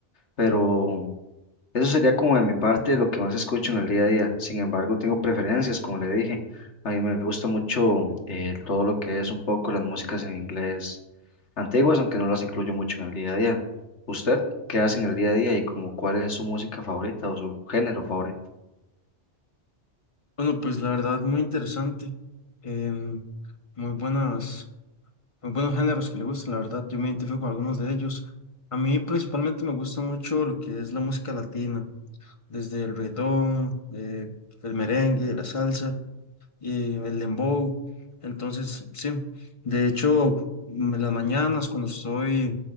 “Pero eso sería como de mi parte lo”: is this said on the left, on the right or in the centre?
Left